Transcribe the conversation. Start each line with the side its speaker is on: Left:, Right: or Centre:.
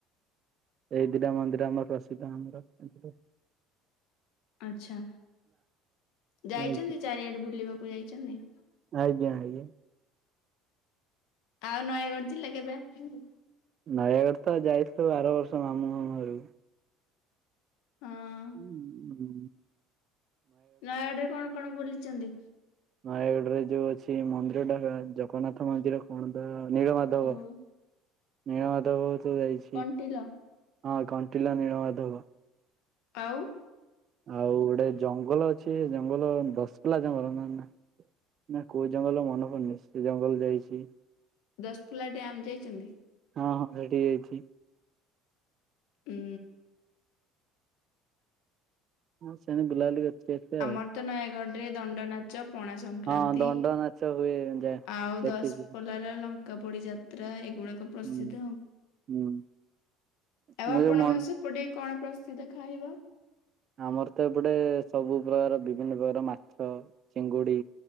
Right: ଏଇ ଦିଟା ମନ୍ଦିର ଆମର ପ୍ରସିଦ୍ଧ ଆମର ଏପଟେ
Left: ଆଛା ଯାଇଛନ୍ତି
Right: ଆଜ୍ଞା
Left: ଚାରିଆଡେ ବୁଲିବାକୁ ଯାଇଛନ୍ତି।
Right: ଆଜ୍ଞା ଆଜ୍ଞ
Left: ଆଉ ନୟାଗଡ଼ ଜିଲ୍ଲା କେବେ ଆସିବୁ
Right: ନୟାଗଡ଼ ତ ଯାଇଥିଲି ଆର ବର୍ଷ ମାମୁଁ ମଁ ଘରକୁ
Left: ହଁ
Right: ହୁଁ ହୁ
Left: ନୟାଗଡ ରେ କଣ କଣ ବୁଲିଛନ୍ତି?
Right: ନୟାଗଡ଼ ରେ ଯୋଉ ଅଛି ମନ୍ଦିର ଟା ଜଗନ୍ନାଥ ମନ୍ଦିର କଣ ତ ନୀଳମାଧବ
Left: ହଁ
Right: ନୀଳ ମାଧବ ସବୁ ଯାଇଛି
Left: କଣ୍ଟିିଲ
Right: ହଁ କଣ୍ଟିଲ ନୀଳମାଧବ
Left: ଆଉ
Right: ଆଉ ଗୋଟେ ଜଙ୍ଗଲ ଅଛି ଜଙ୍ଗଲ ଦଶ ପିଲଲା ଜଙ୍ଗଲ ନ ନା ନା କୋଉ ଜଙ୍ଗଲ ମନେ ପଡୁନି ସେ ଜଙ୍ଗଲ ଯାଇଛି
Left: ଦଶପଲା ଡ୍ୟମ୍ ଯାଇଛନ୍ତି।
Right: ହଁ ହଁ ସେଠିକି ଯାଇଛି
Left: ହୁଁ।
Right: ହଁ ସେଣେ ବୁଲାବୁଲି କରିଛି କେତେ
Left: ଆମର
Right: ଆଉ
Left: ତ ନୟାଗଡ଼ ରେ ଦଣ୍ଡନାଚ ପଣାସ ସଂକ୍ରାନ୍ତି
Right: ହଁ ଦଣ୍ଡ ନାଚ ହୁଏ ଯା
Left: ଆଉ
Right: ଦେଖିଛି
Left: ଦଶପଲ୍ଲାରେ ଲଂ ଙ୍କାପୋଡି ଯାତ୍ରା ଏଗୁଡାକ ପ୍ରସିଦ୍ଧ
Right: ହୁଁ
Left: ଆଉ
Right: ହୁଁ
Left: ଆଉ
Right: ମୁଁ
Left: ଆପଣଙ୍କ
Right: ଯୋଉ ମନ୍
Left: ସେ ପଟେ କଣ ପ୍ରସିଦ୍ଧ ଖାଇବା?
Right: ଆମର ତ ଏପଟେ ସବୁ ପ୍ରକାର ବିଭିନ୍ନ ପ୍ରକାର ମାଛ ଚିଙ୍ଗୁଡି